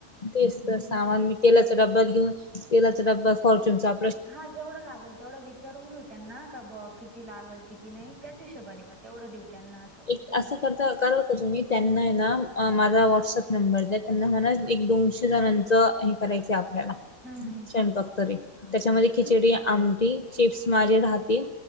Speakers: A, on the left; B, on the right.
A: तेच तर सामान
B: मग
A: मी तेलाचा डब्यात घेऊन तेलाचा डब्बा फॉर्च्युून चा.
B: हा जेवढं लागेल. तेवढं विचारून घेऊ त्यांना का ब किती लागेल किती नाही त्याच हिशेबाने मग तेवढं देऊ त्यांना असं.
A: एक असं करता कररा का तुम्ही त्यांना आहे ना माझा व्हॉट्सअप नंबर द त्यांना मला. एक दोनशे जणांचं हे करायचं आपल्याला
B: हम्म
A: क्षंपक तरी. त्याच्यामध्ये खिचडी आमटी चिप्स माझे राहतील.